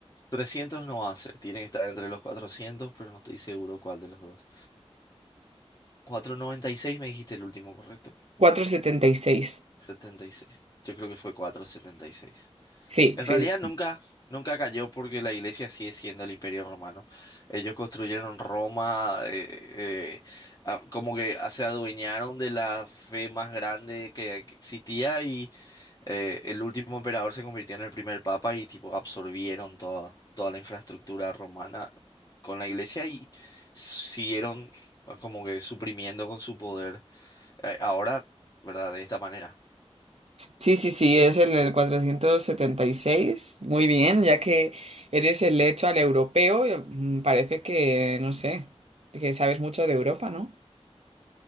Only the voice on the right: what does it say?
cuatrocientos setenta y seis
Sí,
sí,
sí.
Sí, sí, sí, es el, el cuatrocientos setenta y seis Muy bien, ya que eres el hecho al europeo, yo- mm, parece que, no sé, que sabes mucho de Europa, ¿no?